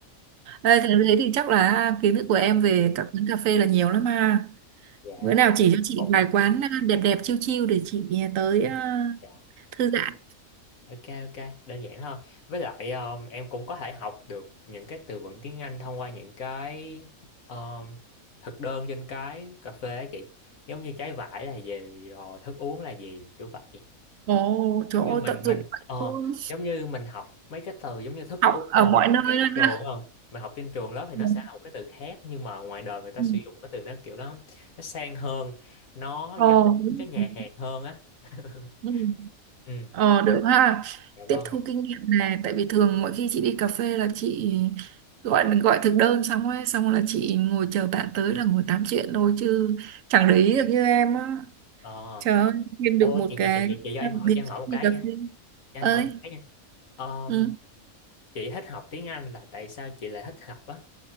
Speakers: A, on the right; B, on the left.
A: Ê, thế thế thì chắc là kiến thức của em
B: Ờ,
A: về các quán cà phê là nhiều lắm ha.
B: Dạ
A: Bữa nào chỉ cho chị
B: cũng
A: vài quán ờ, đẹp đẹp chiêu chiêu để chị ờ, tới ờ,
B: dạ.
A: thư giãn
B: Ok ok đơn giản thôi Với lại um, em cũng có thể học được những cái từ vựng tiếng Anh Thông qua những cái um, thực đơn trên cái cà phê á chị Giống như trái vải là gì rồi thức uống là gì kiểu vậy
A: Ồ, trời
B: giống
A: ơi,
B: như mình
A: tận
B: mình
A: dụng vậy
B: ờ
A: luôn.
B: giống như mình học mấy cái từ giống như thức
A: Học
B: uống
A: ở
B: đồ
A: mọi
B: mình
A: nơi
B: học trên
A: luôn
B: trường
A: ha.
B: không mình học trên trường lớp thì nó
A: Ừ.
B: sẽ là một cái từ khác nhưng mà ngoài đời người ta
A: Ừ.
B: sử dụng cái từ nó kiểu nó nó sang hơn nó
A: Ờ,
B: giống
A: đúng
B: cái nhà
A: rồi.
B: hàng hơn á <laughs>
A: ừ.
B: ừ
A: Ờ, được ha.
B: dạ
A: Tiếp
B: vâng
A: thu kinh nghiệm này, tại vì thường mỗi khi chị đi cà phê là chị gọi gọi thực đơn xong ấy, xong là chị ngồi chờ bạn tới là ngồi tám chuyện thôi chứ chẳng để ý được như em á.
B: ờ
A: Trời ơi, kiếm được
B: ô
A: một
B: chị
A: cái
B: chị chị chị chị cho em hỏi
A: biệt
B: cho em hỏi một
A: đi
B: cái
A: cà
B: nha
A: phê.
B: cho
A: Ơi,
B: em hỏi một cái nha Ờ,
A: ừ.
B: chị thích học tiếng Anh là tại sao chị lại thích học á